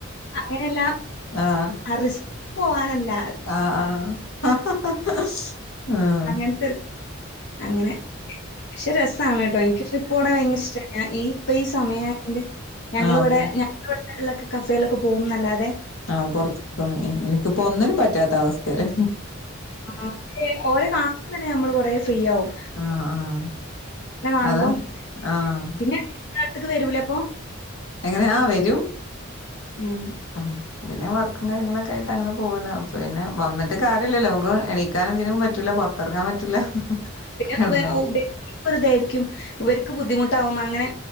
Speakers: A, on the left; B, on the left.
A: അങ്ങനെല്ലാ
B: ആഹ്
A: റി ഇക്ക് പോവാനല്ല
B: ആഹ് ആഹ് ഹഹഹ
A: അങ്ങനത്തൊരു അങ്ങനെ പക്ഷെ രസമാണ് കേട്ടോ എനിക്ക് ട്രിപ്പ് പോണ ഭയങ്കര ഇഷ്ട ഈ ഇപ്പൊ ഈ സമയ ആയത് കൊണ്ട് ഞങ്ങൾ
B: ആഹ്
A: ഇവിടെ
B: പോവും
A: ഞങ്ങള ഇവിടെ ഉള്ള കഫേയിലൊക്കെ പോകുംന്നല്ലാതെ
B: ആഹ് പുറത്ത എനിക്കപ്പോ ഒന്നിനും പറ്റാത്ത അവസ്ഥെലാ
A: ആഹ് ഓരെ കാണുമ്പ തന്നെ നമ്മൾ കൊറെ ഫ്രീയാവും
B: ആഹ് ആഹ്
A: ഇന്നെ കാണുമ്പോം
B: അതാണ് ആഹ്
A: പിന്നെ ങ്ങളെ ട്ത്തേക്ക് വരൂലേ അപ്പൊ
B: എങ്ങനെ ആഹ് വരും
A: ഉം
B: ആഹ് പിന്നെ വർക്കും കാര്യങ്ങളൊക്കെയിട്ട് അങ്ങനെ പോകന്നെ വന്നിട്ട് കാര്യല്ലല്ലോ നമുക്ക് എണിക്കാനും ഇതിനും പറ്റില്ല പൊർ പുറത്തിറങ്ങാൻ പറ്റൂല
A: <unintelligible>
B: കിടന്നോളും
A: ഇവർക്ക് ബുദ്ധിമുട്ടാവും അങ്ങനെ